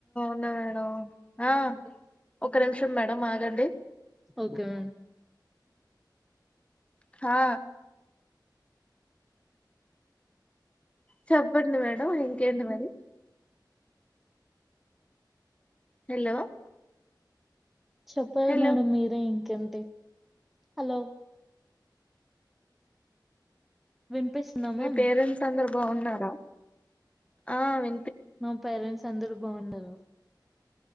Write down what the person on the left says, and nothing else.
న్న మేడం ఆ ఒక నిమిషం మేడం ఆగండి
హా చెప్పండి మేడం ఇంకేంటి మరి హలో
హలో
మీ పేరెంట్స్ అందరు బాగున్నారా ఆ వి